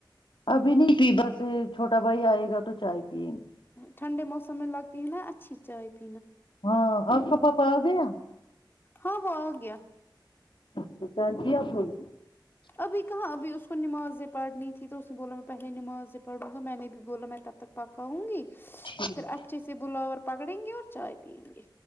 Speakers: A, on the left (about 80°); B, on the left (about 25°).
A: ابھی نہیں پ بس چھوٹا بھائی آئے گا تو چائے پی
B: ٹھنڈے موسم میں لگتی ہے نا اچھی چائے پ
A: ہاں آپ کا پاپا آ گیا
B: ہاں ہگ
A: چ تو کیال کی آ سو گ
B: ابھی کہاں ابھی اس کو نماز پڑنی ت تو اس نے بولا میں پہے نماز پڑوں گا میں نے بھی بولا میں تب تک پکا ہوں گی پھر
A: نے
B: اچھے سے بلاور پکڑیں گے اور چائے پیئیں گے